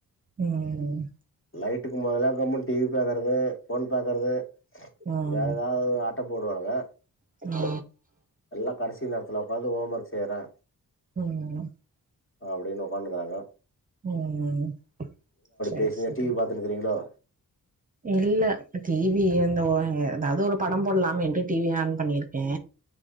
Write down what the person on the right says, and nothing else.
ம் ம் ம்
ம்
ம்
<unintelligible>
ம் சேர்
செரி
இல்ல டீவி இந்த <unintelligible> தாவ்து ஒரு படம் போல்லாமேண்ட்டு டீவி ஆன் பண்ணிருக்கே